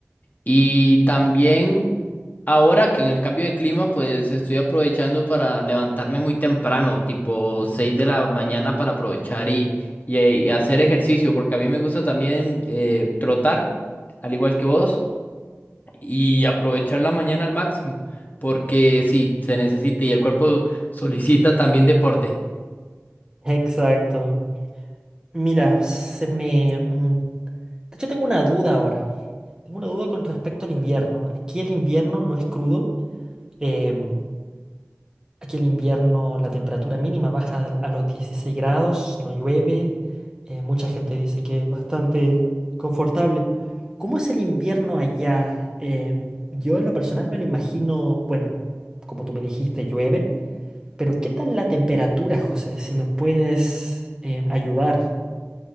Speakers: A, on the left (about 35°); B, on the right (about 15°).
A: Y también ahora que en el cambio de clima, pues estoy aprovechando para levantarme muy temprano, tipo 6 de la mañana para aprovechar y, y, eh, hacer ejercicio, porque a mí me gusta también eh, trotar, al igual que vos y aprovechar la mañana al máximo, porque sí, se necesita y el cuerpo solicita también deporte.
B: Exacto. Mira, se me... mm, De hecho, tengo una duda ahora. Tengo una duda con respecto al invierno. Aquí el invierno no es crudo. em, Aquí el invierno la temperatura mínima baja al- a los 16 grados, no llueve, eh, mucha gente dice que es bastante confortable. ¿Cómo es el invierno allá? Eh, yo en lo personal me lo imagino, bueno, como tú me dijiste, llueve, pero ¿qué tal la temperatura, José? Si me puedes eh, ayudar.